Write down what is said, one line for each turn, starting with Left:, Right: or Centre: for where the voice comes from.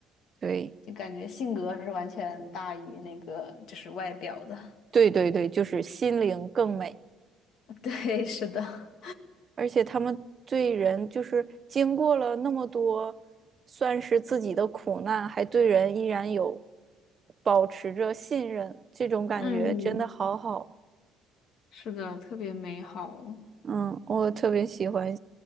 Right: 对，
Left: 就感觉性格是完全大于那个就是外表的。
Right: 对对对，就是心灵更美。
Left: <laughs> 对，是的，
Right: 而且他们对人就是经过了那么多，算是自己的苦难，还对人依然有保持着信任，这种感觉真的好好。
Left: 嗯，是的，特别美好。
Right: 嗯，我特别喜欢。